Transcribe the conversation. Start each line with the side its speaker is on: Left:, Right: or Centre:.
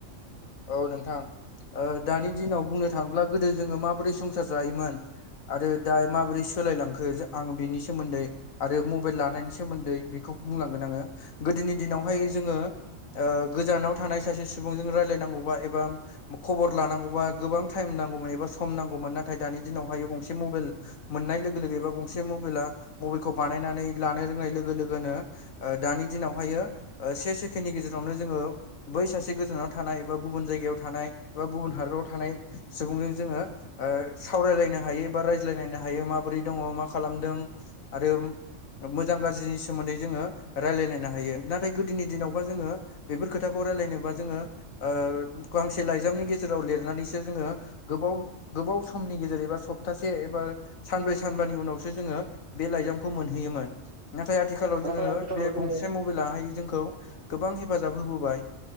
Left: औ नोंथां दानि ओ दिनाव बुंनो थाङोब्ला गोदो जोङो माबोरै संसार जायोमोन आरो दा माबोरै सोलायलांखो आं बिनि सोमोन्दै आरो मबाइल लानायनि सो सोमोन्दै बेखौ बुंलांगोन आङो गोदोनि दिनावहाय जोङो ओ गोजानाव थानाय सासे सुबुंजों रायलायनांगौबा एबा खबर लानांगौबा गोबां टाइम नांगौमोन एबा सम नांगौमोन नाथाय दानि दिनावहायो गंसे मबाइल मोननाय लोगो लोगो एबा गंसे मबाइला मबाइलखौ बानायनानै लानो रोंनाय लोगो लोगोनो दानि दिनावहायो से सेकेणडनि गेजेरावनो जोङो बै सासे गोजानाव थानाय बा गुबुन जायगायाव थानाय बा गुबुन हादराव थानाय सुबुंजों जोङो सावरायलायनो हायो बा रायज्लायलायनो हायो माबोरै दङ मा खालामदों आरो मोजां गाज्रिनि सोमोन्दै जोङो रायलायलायनो हायो नाथाय गोदोनि दिनावबा जोङो बेफोर खोथाखौ रायलायनोबा जोङो ओ गांसे लाइजामनि गेजेराव लिरनानैसो जोङो गोबाव गोबाव समनि गेजेर एबा सब थासे एबा सानब्रै सानबानि उनावसो जोङो बे लाइजामखौ मोनहैयोमोन नाथाय आथिखालाव जोङो
Right: नाथाय आथिखालाव
Left: बे
Right: जोङो
Left: गंसे मु बेलाहाय जोंखौ गोबां हेफाजाब होबोबाय